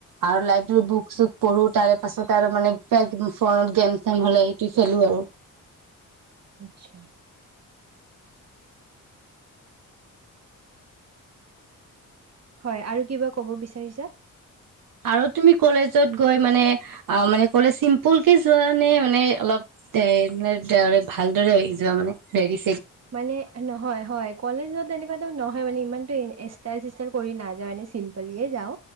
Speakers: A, on the right (about 80°); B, on the right (about 50°).
A: আৰু লাইব্ৰেৰীত বুক-চুক পঢ়ো তাৰে পাছত আৰু মানে কিবা কিবি ফোনত গেম-চেম হ'লে সেইটো খেলোঁ আৰু।
B: আচ্ছা। হয় আৰু কিবা ক'ব বিচাৰিছা?
A: আৰু তুমি কলেজত গৈ মানে আ, মানে কলেজ চিম্পুল কে যোৱা নে মানে অলপ <unintelligible> ভালদৰে আহি যোৱা মানে হেৰি
B: মানে নহয় হয়, কলেজত এনেকুৱা <unintelligible> হয়, মানে ইমানটো ইষ্টাইল চিষ্টাইল কৰি নাযাওঁ এনেই চিম্পলকে যাওঁ।